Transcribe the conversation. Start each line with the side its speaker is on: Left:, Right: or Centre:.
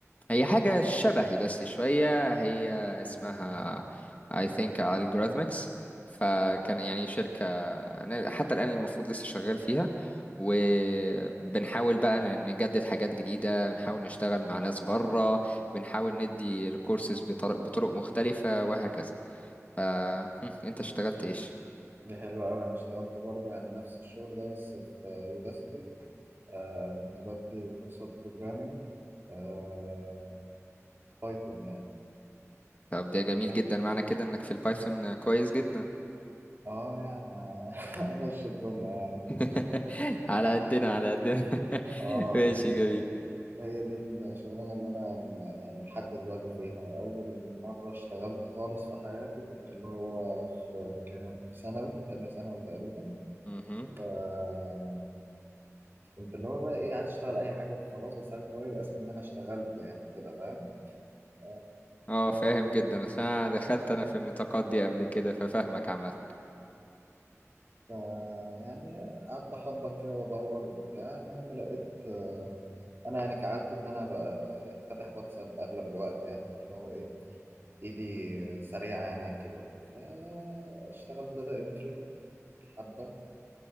Left: هي حاجة شبه يوداستي شوية هي اسمها
Right: اسمها
Left: I think Algorithmics فكان يعني شركة أنا حتى الآن المفروض لسه شغال فيها وبنحاول بقى نجدد حاجات جديدة بنحاول نشتغل مع ناس بره بنحاول ندي الكورسز بطرق, بطرق مختلفة وهكذا ف هم، أنت اشتغلت
Right: إيه؟
Left: إيش؟
Right: دي حلوة أوي أنا اشتغلت برضه يعني نفس الشغل ده بس في يوداسيتي آه كنت بدي كورسات بروجرامينج آه بايثون يعني
Left: طب ده جميل
Right: اه
Left: جدا معنى كده إنك في البايثون كويس جدا
Right: آه، يعني <laughs> أمشي الدنيا يعني
Left: <laughs>
Right: كده
Left: على قدنا على قدنا <laughs>
Right: اه
Left: ماشي
Right: بس
Left: جميل
Right: هي دي الشغلانة اللي أنا عم- يعني لحد دلوقتي فيها أول مرة اشتغلت خالص في حياتي كنت اللي هو في كام في ثانوي في تانية ثانوي تقريبا
Left: مهم.
Right: آه، كنت اللي هو بقى إيه عايز أشتغل أي حاجة وخلاص بس عايز اللي هو يبقى اسمي إن أنا اشتغلت يعني كده فاهم آه،
Left: اه
Right: ف
Left: فاهم جدا عشان أنا دخلت انا في النطاقات دي قبل كده ففاهمك عامة
Right: ف- يعني قعدت أخبط كده وأدور وبتاع المهم لقيت آه، أنا يعني كعادتي إن أنا بقى يعني فاتح واتساب أغلب الوقت يعني فاللي هو إيه ايدي سريعة يعني على الكيبورد فاشتغلت داتا انتري حبة